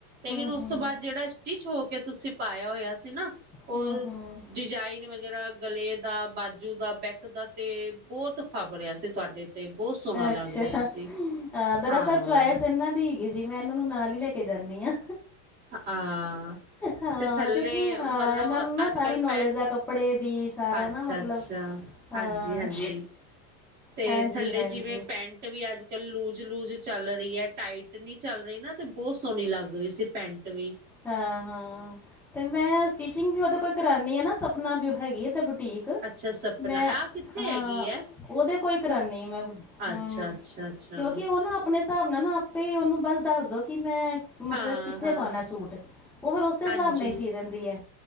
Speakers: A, on the right; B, in the centre.
A: ਲੇਕਿਨ
B: ਹਮ
A: ਉਸ
B: ਹਮ
A: ਤੋਂ ਬਾਅਦ ਜਿਹੜਾ ਸਟਿਚ ਹੋ ਕੇ ਤੁਸੀਂ ਪਾਇਆ ਹੋਇਆ ਸੀ ਨਾ। ਉਹ,
B: ਹਮ ਹਮ
A: ਸ ਡਿਜ਼ਾਇਨ ਵਗੈਰਾ, ਗਲੇ ਦਾ ਬਾਜੂ ਦਾ ਬੈਕ ਦਾ ਤੇ ਬਹੁਤ ਫਬ ਰਿਆ ਸੀ ਤੁਹਾਡੇ ਤੇ ਬਹੁਤ ਸੋਹਣਾ ਲੱਗ
B: ਅੱਛਾ,
A: ਰਿਹਾ
B: ਅ
A: ਸੀ
B: ਦਰਅਸਲ
A: ਹਾਂ
B: ਚੁਆਇਸ ਇਹਨਾਂ ਦੀ ਹੈ ਗਈ ਜੀ ਮੈਂ ਇਹਨਾਂ ਨੂੰ ਨਾਲ ਹੀ ਲੈ ਕੇ ਜਾਂਣੀ ਹਾਂ।
A: ਹਾਂ।
B: ਹਾਂ
A: ਤੇ ਥੱਲੇ
B: ਕਿਉਂਕਿ ਹਾਂ
A: ਮਤਲਬ
B: ਇਹਨਾਂ ਨੂੰ ਨਾ
A: ਅੱਜ-ਕੱਲ
B: ਸਾਰੀ ਨੌਲੇਜ
A: ਪੈ,
B: ਆ ਕੱਪੜੇ ਦੀ ਸਾਰਾ
A: ਅੱਛਾ-ਅੱਛਾ।
B: ਨਾ ਮਤਲਬ ਹਾਂ,
A: ਹਾਂਜੀ-ਹਾਂਜੀ। ਤੇ
B: ਹਾਂਜੀ-ਹਾਂਜੀ
A: ਥੱਲੇ ਜਿਵੇਂ ਪੈਂਟ ਵੀ ਅੱਜ-ਕੱਲ ਲੂਜ-ਲੂਜ ਚੱਲ ਰਹੀ ਹੈ ਟਾਈਟ ਨੀ ਚੱਲ ਰਹੀ ਨਾ। ਤੇ ਬਹੁ ਸੋਹਣੀ ਲੱਗ ਰਹੀ ਸੀ ਪੈਂਟ ਵੀ
B: ਹਾਂ-ਹਾਂ, ਤੇ ਮੈਂ ਸਟੀਿਚਿੰਗ ਵੀ ਉਹਦੇ ਕੋਲ ਕਰਾਨੀ ਆ ਨਾ ਸਪਨਾ ਵੀ ਉਹ ਹੈਗੀ ਹੈ ਤੇ ਬੁਟੀਕ
A: ਅੱਛਾ ਸਪਨਾ
B: ਮੈਂ
A: ਆਹ ਕਿੱਥੇ
B: ਹਾਂ
A: ਹੈਗੀ ਹੈ,
B: ਉਹਦੇ ਕੋਈ ਕਰਾਨੀ ਮੈਂ, ਹਾਂ,
A: ਅੱਛਾ ਅੱਛਾ ਅੱਛਾ
B: ਕਿਉਂਕਿ ਉਹ ਨਾ, ਆਪਣੇ ਹਿਸਾਬ ਨਾਲ ਨਾ ਆਪੇ ਹੀ ਉਹਨੂੰ ਬਸ ਦੱਸਦੋ ਕਿ ਮੈਂ ਮਤਲਬ
A: ਹਾਂ
B: ਕਿੱਥੇ
A: ਹਾਂ
B: ਪਾਣਾ ਸੂਟ ਉਹ ਫੇਰ ਉਸੇ ਹਿਸਾਬ
A: ਹਾਂਜੀ
B: ਨਾਲ ਹੀ ਸੀ ਦਿੰਦੀ ਹੈ,